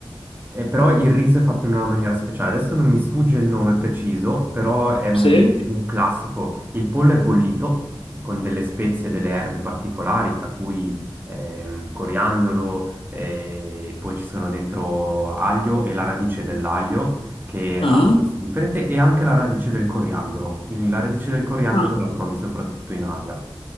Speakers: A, on the right; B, on the left.
A: eh, però il riso è fatto in una maniera speciale. Adesso non mi sfugge il nome preciso, però è un,
B: Sì.
A: un classico. Il pollo è bollito con delle spezie e delle erbe particolari, tra cui ehm, coriandolo, eh, poi ci sono dentro aglio e la radice dell'aglio che
B: Ah?
A: ha un gusto differente e anche la radice del coriandolo. La radice del coriandolo
B: Ah?
A: la trovi soprattutto in Asia